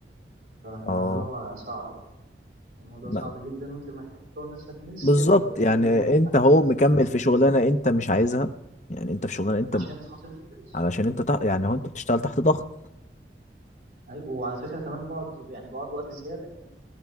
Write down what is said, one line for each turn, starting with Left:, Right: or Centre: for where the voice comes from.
Right: فالموضوع
Left: اه
Right: صعب يعني الموضوع
Left: ما-
Right: صعب جدا وانت محتاج تكون نفسك من الصفر
Left: بالظبط
Right: فاهم
Left: يعني
Right: غير يعني
Left: انت هو
Right: ممكن
Left: مكمل
Right: مثلا عارف
Left: في شغلانه
Right: إيه،
Left: انت مش عايزها يعني انت في شغلانه انت
Right: عشان خاطر الفلوس
Left: علشان انت تح... يعني هو انت بتشتغل تحت ضغط
Right: ايوه وعلى فكره كمان بقعد يعني بقعد وقت زياده كمان